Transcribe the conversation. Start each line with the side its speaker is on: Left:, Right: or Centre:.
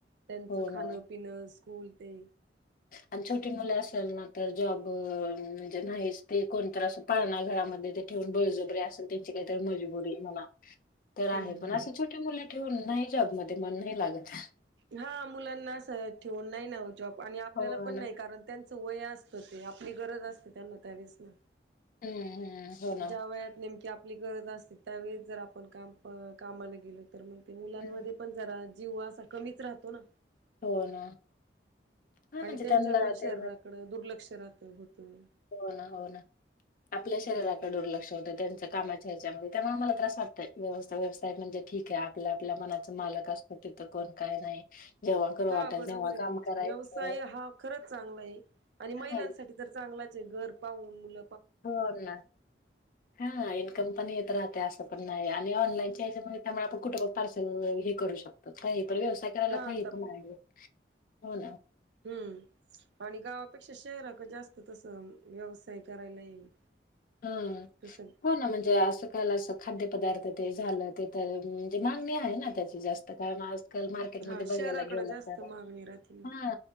Right: त्यांचं
Left: हो
Right: खाणं
Left: ना
Right: पिणं स्कूल ते
Left: आणि छोटी मुलं असेल ना, तर जॉब म्हणजे नाहीच ते कोणत असं पाळणार घरामध्ये ते ठेवून बळजबरी असेल त्यांची काहीतरी मजबुरी म्हणा. तर
Right: हम्म
Left: आहे पण, असे छोटे मुले ठेवून नाही जॉबमध्ये मन नाही लागत.
Right: हा मुलांना अस ठेवून नाही ना जॉब. आणि आपल्याला
Left: हो
Right: पण
Left: ना.
Right: नाही कारण त्यां वय असत ते आपली गरज असते त्यांना, त्यावेळेस ना.
Left: हम्म हम्म हो ना.
Right: ज्या वयात नेम की आपली गरज असते, त्यावेळीच जर आपण काम कामाला गेलो तर मग ते मुलांमध्ये
Left: हम्म.
Right: पण जरा जीव असा कमीच राहतो ना
Left: हो ना हां
Right: आणि
Left: म्हणजे
Right: त्यांच्या
Left: त्यांना
Right: आपण
Left: ते
Right: शरीराकडें दुर्लक्ष राहत होतं.
Left: हो ना हो ना आपल्या शरीरात दुर्लक्ष होत त्यांच्या कामाच्या ह्याच्यामध्ये त्यामुळे मला त्रास वाटत व्यवस्थित व्यवस्थित आहे म्हणजे ठीक आहे आपल्या मलाच मालक असतो, तिथ कोण काय नाही जेव्हा करू
Right: हा
Left: वाटेल
Right: बरोबर
Left: तेव्हा
Right: आहे
Left: काम
Right: तुमच,
Left: करायचं.
Right: व्यवसाय हा खरंच चांगला आहे, आणि महिलांसाठी
Left: हां
Right: तर चांगला ते घर पाहून मुल
Left: हो ना हा इनकम पण येत राहत. असं पण नाही, आणि ऑनलाईनच्या याच्यामुळे त्यामुळे आपण कुठं पार्सल हे करू शकतो काही आपल्याला व्यवसाय करायला
Right: हा
Left: काय
Right: आता
Left: येत म्हणायले हो ना
Right: हम्म आणि गावापेक्षा शहराकड जास्त तसं, व्यवसाय करायला येईल.
Left: हा.
Right: तसं
Left: हो ना, म्हणजे असं आज-काल असं खाद्य पदार्थ ते झालं ते तर, म्हणजे मागणी आहे ना त्याची जास्त कारण आज काल मार्केट मध्ये
Right: हा
Left: बघायला
Right: शहराकडे
Left: गेल
Right: जास्त
Left: तर
Right: मागणी राहते ना
Left: हा